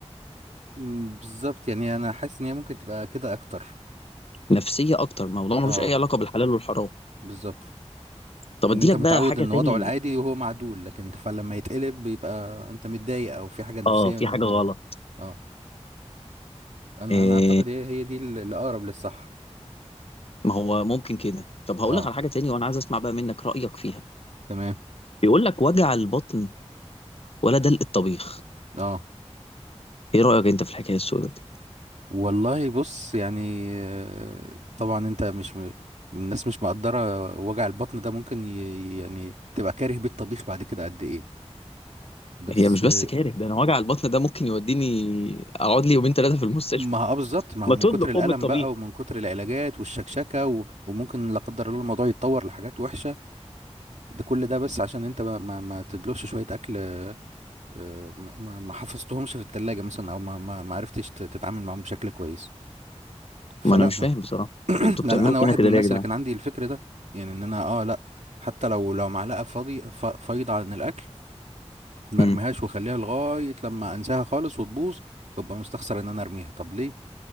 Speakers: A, on the right; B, on the left.
A: مم، بالظبط يعني أنا حاسس إن هي ممكن تبقى كده أكتر
B: نفسيه اكتر موضوع ملوش
A: اه
B: اي علاقه بالحلال والحرام
A: بالظبط
B: طب
A: إن
B: ادي
A: أنت
B: لك
A: متعود
B: بقى حاجه
A: إن
B: تاني
A: وضعه العادي وهو معدول لكن فلما يتقلب بيبقى أنت متضايق أو في حاجة نفسية
B: اه في
A: من
B: حاجه
A: من-
B: غلط
A: اه أنا
B: إيه
A: أنا أعتقد هي هي دي اللي أقرب للصح
B: ما هو ممكن كده طب هقول
A: اه
B: لك على حاجه تاني وانا عايز اسمع بقى منك رايك فيها
A: تمام
B: بيقول لك وجع البطن ولا دلق الطبيخ
A: اه
B: ايه رايك انت في الحكايه السوداء دي
A: والله بص يعني آه، طبعا انت مش م... الناس مش مقدرة وجع البطن ده ممكن ي... يعني تبقى كاره بيه الطبيخ بعد كده قد ايه بس
B: هي مش بس
A: آه،
B: كاره ده انا وجع البطن ده ممكن يوديني اقعد لي يومين ثلاثه في المستشفى
A: ما هو آه بالظبط ما هو
B: ما
A: من
B: تدلق
A: كتر الألم
B: ام الطبيخ
A: بقى ومن كتر العلاجات والشكشكة و... وممكن لا قدر الله الموضوع يتطور لحاجات وحشة ده كل ده بس عشان انت ما ما, ما تدلوش شوية أكل آه، آه، ما... ما ما حفظتهمش في التلاجة مثلا أو ما ما ما عرفتش ت- تتعامل معاهم بشكل كويس فلا
B: ما أنا مش فاهم بصراحة.
A: <clears throat>
B: طب أنتوا
A: لان
B: بتعملوا
A: انا
B: فينا
A: واحد
B: كده
A: من الناس
B: ليه يا جدعان؟
A: اللي كان عندي الفكر ده يعني ان انا اه لا حتى لو لو معلقه فاضي ف- فايضه عن الاكل ما
B: إمم.
A: ارميهاش واخليها لغايه لما انساها خالص وتبوظ وابقى مستخسر ان انا ارميها طب ليه